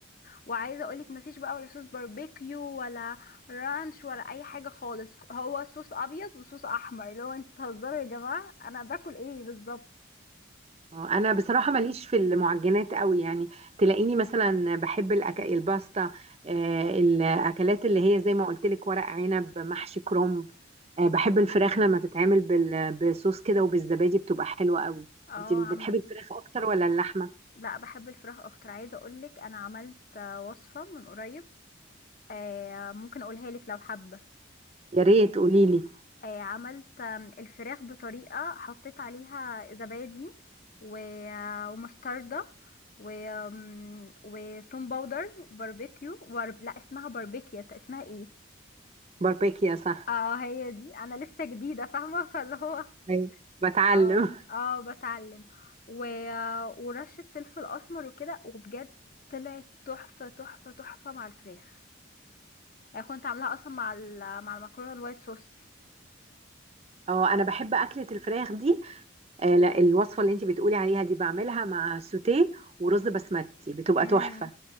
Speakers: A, on the left (about 45°); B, on the right (about 30°).
A: وعايزه اقولك مفيش بقى ولا صوص باربيكيو ولا رانش ولا اي حاجه خالص هو صوص ابيض وصوص احمر لو انتوا بتهزروا يا جماعه انا باكل ايه بالظبط
B: اه انا بصراحه ماليش في المعجنات قوي يعني تلاقيني مثلا بحب الأك... الباستا آه الاكلات اللي هي زي ما قلت لك ورق عنب محشي كرنب آه بحب الفراخ لما تتعمل بال... بصوص كده وبالزبادي بتبقى حلوه قوي
A: اه
B: انت اللي بتحبي
A: عم
B: الفراخ اكتر ولا اللحمه
A: لا بحب الفراخ اكتر عايزه اقولك انا عملت آه، وصفه من قريب آه ممكن اقولها لك لو حابه
B: يا ريت قولي لي
A: آه عملت آم، الفراخ بطريقه حطيت عليها زبادي و- آه، ومستردة و آم، وتوم باودر باربيكيو ورب... لا اسمها باربيكيا اسمها ايه
B: باربيكيا صح
A: اه هي دي انا لسه جديده فاهمه <laughs> فاللي هو
B: أيوة. بتعلم
A: اه
B: <laughs>
A: اه بتعلم و... ورشه فلفل اسمر وكده وبجد طلعت تحفه تحفه تحفه مع الفراخ يعني كنت عاملاها اصلا مع ال... مع المكرونه الوايت صوص
B: اه انا بحب اكله الفراخ دي آه لا الوصفه اللي انت بتقولي عليها دي بعملها مع سوتيه ورز بسمتي بتبقى
A: امم
B: تحفه